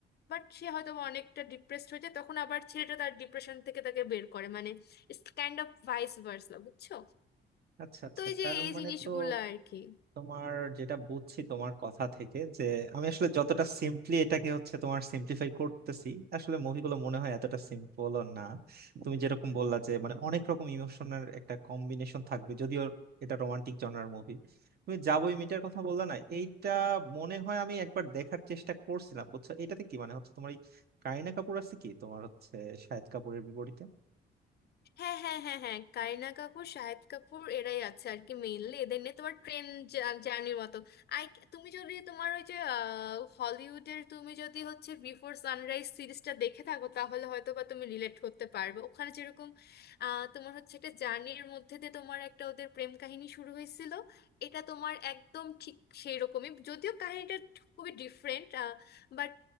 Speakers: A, on the left (about 55°); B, on the right (about 55°).
A: বাট সে হয়তো বা অনেকটা ডিপ্রেসড হয়ে যায় তখন আবার ছেলেটা তার ডিপ্রেশন থেকে তাকে বের করে মানে it's kind of vice versa বুঝছো
B: আচ্ছা আচ্ছা
A: তো এই যে
B: তার
A: এই
B: মানে
A: জিনিসগুলো
B: তো
A: আর কি
B: তোমার যেটা বুঝছি তোমার কথা থেকে যে আমি আসলে যতটা সিম্পলি এটাকে হচ্ছে তোমার সিম্পলিফাই করতেছি আসলে মুভিগুলো মনে হয় এতটা সিম্পলও না তুমি যেরকম বললা যে মানে অনেক রকম ইমোশনের একটা কম্বিনেশন থাকবে যদিও এটা রোমান্টিক জনরার মুভি তুমি যাবোই মিটার কথা বললা না এইটা মনে হয় আমি একবার দেখার চেষ্টা করছিলাম বুঝছো এটাতে কি মানে হচ্ছে তোমার এই কারিনা কাপুর আছে কি তোমার হচ্ছে শাহিদ কাপুরের বিপরীতে
A: হ্যাঁ হ্যাঁ হ্যাঁ হ্যাঁ কারিনা কাপুর শাহিদ কাপুর এরাই আছে আর কি মেইনলি এদের নিয়ে তোমার ট্রেন জার্নির মতো আই তুমি যদি তোমার ওই যে আহ, হলিউডের তুমি যদি হচ্ছে বিফোর সানরাইজ সিরিজটা দেখে থাকো তাহলে হয়তো বা তুমি রিলেট করতে পারবে ওখানে যেরকম আহ, তোমার হচ্ছে একটা জার্নির মধ্যে দিয়ে তোমার একটা ওদের প্রেম কাহিনী শুরু হয়েছিল এটা তোমার একদম ঠিক সেই রকমই যদিও কাহিনীটা খুবই ডিফারেন্ট বাট